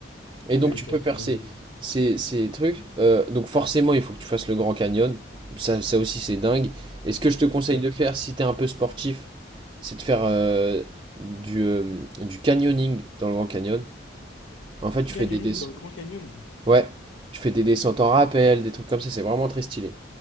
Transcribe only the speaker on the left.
Oui,
ok.
Oui,
oui. Ok.
Du
canyoning
dans le Grand Canyon?